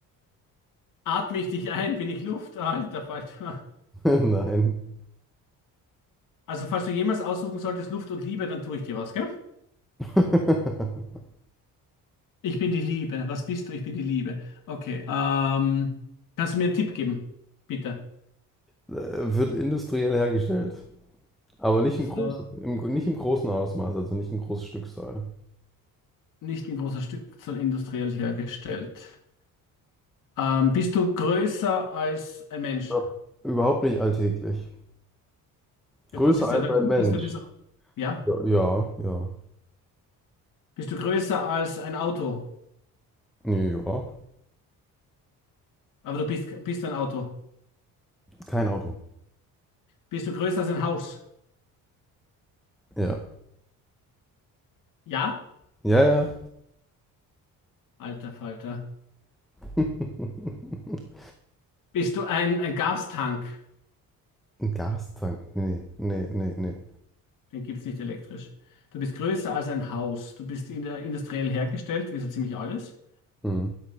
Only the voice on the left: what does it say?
Atme ich dich ein? Bin ich Luft? Ah, Alter Falter.
Also, falls du jemals aussuchen solltest, Luft und Liebe, dann tue ich dir was, gell?
Ich bin die Liebe. Was bist du? Ich bin die Liebe. Okay. Ähm, kannst du mir einen Tipp geben? Bitte.
So.
nicht in großer Stückzahl industriell hergestellt. Ähm, bist du größer als ein Mensch?
Ja, Das ist
ja dann
gut,
dass du das. Ja?
Bist du größer als ein Auto?
Aber du bist, bist ein Auto.
Bist du größer als ein Haus?
Ja?
Alter Falter.
Bist du ein, ein Gastank?
Den gibt es nicht elektrisch. Du bist größer als ein Haus. Du bist in der industriell hergestellt, wie so ziemlich alles.